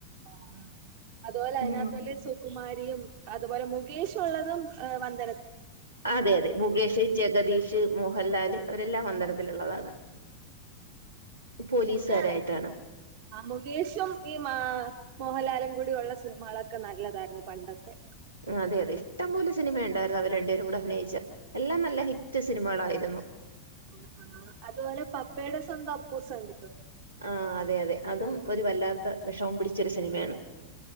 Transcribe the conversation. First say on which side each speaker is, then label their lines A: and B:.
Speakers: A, on the right (about 45°); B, on the right (about 90°).
A: ആ അതുപോലെ അതിനതിനകത്ത്ല്ലെ
B: ഉം
A: സുകുമാരിയും അതുപോലെ മു മുഗേഷ്ള്ളതും വന്ത
B: അതെ അതെ മുകേഷ് ജഗദീഷ് മോഹൻ ഹലാല് അവരെല്ലാം വന്ദനത്തിലുള്ളതാണ് പോലീസുകാരായിട്ടാണ്
A: പിന്നെ ആ മുകേഷും ഈ മാ മോഹൻലാലും കൂടി ഉള്ള സിനിമകളൊക്കെ നല്ലതായിരുന്നു പണ്ടത്തെ
B: അതെ അതെ ഇഷ്ടംപോലേ സിനിമ ണ്ടായിരുന്നു അവര് രണ്ടുപേരു കൂടെ അഭിനയിച്ച എല്ലാം നല്ല ഹിറ്റ് സിനിമകളാ യിരുന്നു ന്നു
A: ആ ആ അതുപോലെ പപ്പയുടെ സ്വന്തം അപ്പൂസാണ്
B: ആ അതെ അതെ അതും ഒരു വല്ലാത് വിഷമം പിടിച്ചൊരു സിനിമയാണ്